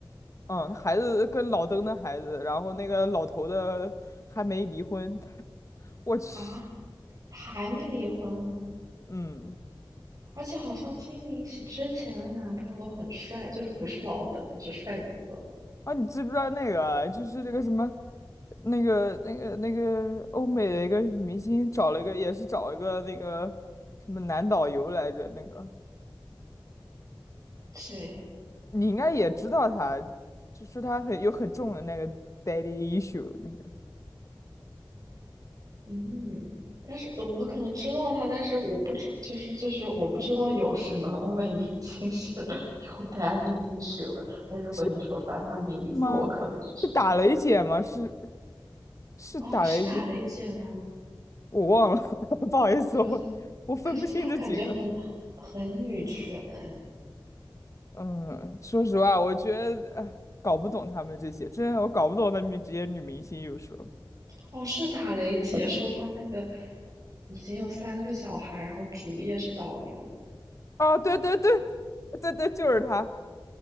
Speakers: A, on the left; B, on the right.
A: 嗯，孩子跟老登的孩子，然后那个老头的还没离婚，他我去，
B: 啊，他还没离婚，
A: 嗯，
B: 而且好像金明喜之前的男朋友都很帅，就是不是老登，是帅哥。
A: 啊，你知不知道那个啊就是那个什么，那个那个那个欧美的一个女明星找了一个，也是找了一个那个什么男导游来着。那个
B: 谁？
A: 你应该也知道他，就说他很有很重的那个 daddy issue 那个
B: 嗯，但是我可能知道他，但是我不知，就是就是我不知道有什么欧美明星是 <laughs> 有 daddy issue 的。但如果你说出来他名字，
A: 是吗？
B: 我可能就知道。
A: 是打雷姐吗？
B: 对，
A: 是是打雷姐，
B: 哦，是打雷姐吗？
A: 我忘了，<laughs> 不好意思，
B: 可是
A: 我我分不清这几个。
B: 可是她感觉很很女权哎
A: 嗯，说实话，我觉得哎搞不懂他们这些，真的我搞不懂他们这些女明星有时候。
B: 哦，是打雷姐说她那个已经有三个小孩，然后主业是导游，
A: 哦，对对对，对对，就是他